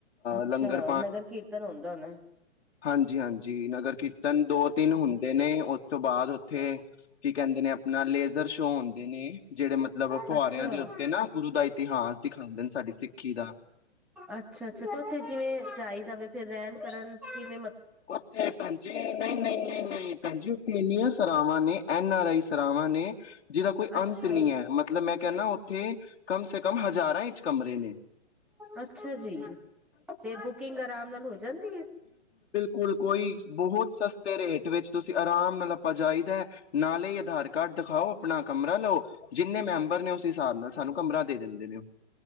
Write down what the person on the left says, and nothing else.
ਲੰਗਰ
ਹਾਂਜੀ ਹਾਂਜੀ ਨਗਰ ਕੀਰਤਨ ਦੋ ਤਿੰਨ ਹੁੰਦੇ ਨੇ ਉਸ ਤੋਂ ਬਾਅਦ ਉੱਥੇ ਕੀ ਕਹਿੰਦੇ ਨੇ ਆਪਣਾ ਲੇਜ਼ਰ ਸ਼ੋਅ ਹੁੰਂਦੇ ਨੇ ਜਿਹੜੇ ਮਤਲਬ ਫੁਹਾਰਿਆਂ
ਦੇ ਉੱਤੇ ਨਾ ਗੁਰੂ ਦਾ ਇਤਿਹਾਸ ਦਿਖਾਉਂਦੇ ਨੇ ਸਾਡੀ ਸਿੱਖੀ ਦਾ
ਉਥੇ ਭੈ ਨਹੀਂ
ਭੈਣ ਉਥੇ ਇਨੀਆਂ ਸਵਾਂ ਨੇ ਐਨ ਆਰ ਆਈ ਸਰਾਵਾਂ ਨੇ ਜਿਹਦਾ ਕੋਈ
ਅੰਤ ਨੀ ਹੈ ਮਤਲਬ ਮੈਂ ਕਹਿੰਦਾ ਥੇ ਕਮ ਸੇ ਕਮ ਹਜ਼ਾਰਾਂ ਇੰਚ ਕਮਰੇ ਨੇ
ਲ ਕੋਈ ਬਹੁਤ ਸਸਤੇ ਰੇਟ ਵਿੱਚ ਤੁਸੀਂ ਆਰਾਮ ਨਾਲ ਆਪਾਂ ਜਾਹੀਦਾ ਨਾਲੇ ਆਧਾਰ ਕਾਰਡ ਦਿਖਾਓ ਆਪਣਾ ਕਮਰਾ ਲਓ ਜਿੰਨੇ ਮੈਂ ਬਰ ਨੇ ਉਸ ਹਿਸਾਬ ਨਾਲ ਸਾਨੂੰ ਕਮਰਾ ਦੇ ਦਿੰਦੇ ਨੇ